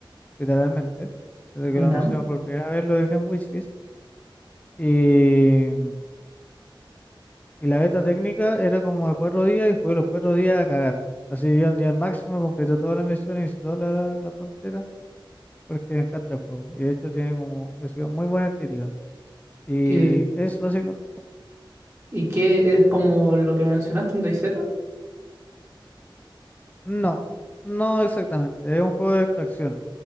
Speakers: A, on the left; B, on the right.
A: literalmente. Desde
B: <laughs> ¿Ya?
A: que lo anunciaron por primera vez lo dejé en Wishlist. Y, y la beta técnica era como de 4 días y jugué los 4 días a cagar. Así yo al nivel máximo completé todas las misiones y toda la, la tontera porque me encanta el juego. Y de hecho tiene como, recibió muy buena crítica. Y
B: ¿Y,
A: es básicamente...
B: y qué es como lo que mencionaste, un DayZ?
A: No, no exactamente, es un juego de extracción,